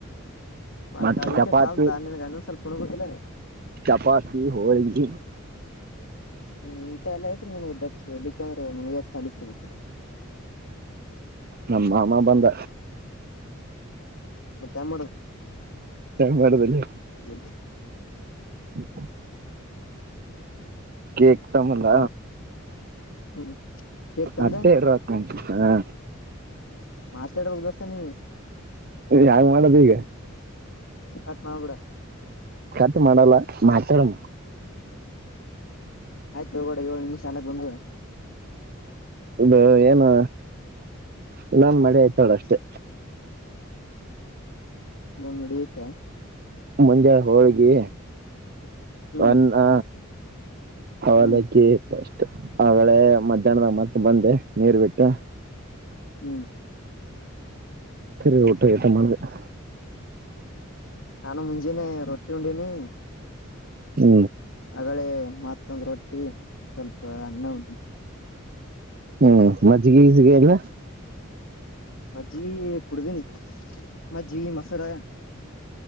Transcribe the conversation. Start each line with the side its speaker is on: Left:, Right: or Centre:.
Left: ಮತ್
Right: ಮತ್ತೆ
Left: ಅದ
Right: ಚಪಾತಿ
Left: ಇಟ್ಟೆ ಸಾಲ್ತಾ ನಿನ್ಗ ಅನ್ನ ಸ್ವಲ್ಪ ಉಣ್ಬೇಕಿಲ್ಲ
Right: ಚಪಾತಿ ಹರಗ
Left: ಹ್ಮ್ ಇಂತ ಎಲ್ಲ ಆ್ತು ನನ್ಗೆ ದಕ್ ಇಲ್ಲಿಕ್ಕಂದ್ರೆನ್ ಯಾಕ್ ಸಾಲತ <unintelligible>
Right: ನಮ್ಮ ಮಾಮಾ ಬಂದ
Left: ಮತ್ತ ಹೆಂಗ
Right: ವಾಡದಲ್ಲಿ
Left: ಹ್ಮ
Right: ಹ ಕೇಕ್ ತಮ್ಮಲ್ಲ
Left: ಕಟ್ ಮಾಡ ಹ್ಮ್ ಕೇಕ್ ತಂದ
Right: ಅಟ್ಟೆ ಇರ್ತ್ ನಂ ಹಾ
Left: ಮಾತಾಡ್ಬೇಕ್ ದೋಸ್ತ ನೀ
Right: ಯಾಾಗ ಮಾಡದು ಈಗ
Left: ಕಟ್ ಮಾಬಡ
Right: ಟ್ ಮಾಡಲ್ಲ ಮಾತಾಡಮ
Left: ಆಯ್ತು ಒಗಡೆ ಏಳು ನಿಮಿಷ ಅನಕ್ ಬಂದು ಹಾ
Right: ಇದು ಏನು ಇನ್ನಂದ ಮಡಿ ಆಯ್ತೋಡ ಅಷ್ಟೆ
Left: ನನ್ ನಡಿಯತೆ
Right: ಮುಂಜಳೆ ಹೋಳ್ಗಿ
Left: ಹ್ಮ್
Right: ಅನ್ನ ಅವಲಕ್ಕಿ
Left: ಹ್ಮ್
Right: ಫಸ್ಟ್ ಅಗಳೆ ಮಧ್ಯಾಹ್ನದಾಗ ಮತ್ತ ಬಂದೆ ನೀರು ಬಿಟ್ಟ
Left: ಹ್ಮ್
Right: ಸರಿ ಊಟ ಮಾಡ್ದೆ ಮಾಡೆ
Left: ನಾನು ಮುಂಜೆಿನೆ ರೊಟ್ಟಿ ಉಂಡಿನಿ ನೀ
Right: ಹೂ
Left: ಆಗಳೇ ಮತ್ತೊಂದ್ ರೊಟ್ಟಿ ಸ್ವಲ್ಪ ಅನ್ನ ಉಂಡಿನಿ
Right: ಹೂ ಮಜ್ಜಿಗೆಗಿಜಿ ಎಲ್ಲ
Left: ಮಜ್ಜಿ ಕುಡ್ದನಿ ಮಜ್ಜಿ ಮಸಾಲ